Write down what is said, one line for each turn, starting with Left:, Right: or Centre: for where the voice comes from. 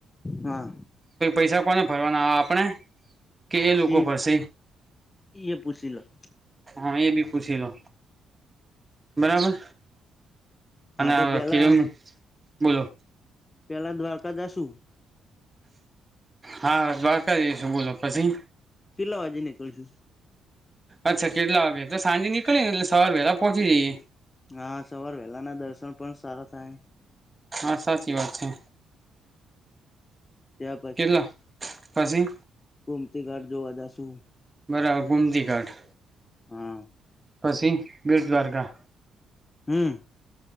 Left: હા
Right: પ પૈસા કોને ફરવાના આપણે. કે એ લોકો
Left: ઈ
Right: પરસે.
Left: એ પૂછી લ.
Right: હા એ બી પૂછી લો. બરાબર
Left: હા
Right: અને
Left: તો પેલા
Right: કલો બોલો.
Left: પેલા દ્વારકા દસું.
Right: હા દ્વારકાશું બોલો પછી.
Left: પેલા વાજે નીકળશું.
Right: અચ્છા કેટલા વાગે તો સાંજે નીકળી ને એટલે સવાર વેલા પહોંચી જઈએ
Left: હા સવાર વહેલા ના દર્શન પણ સારા થાય.
Right: હા સાચી વાત છે
Left: ત્યાં
Right: કેટલા. પછી.
Left: ગુમતી ઘાટ જોવા જશું.
Right: બરાબર ગુમતી ઘાટ
Left: હા
Right: પછી બેડ દ્વારકા.
Left: હમ.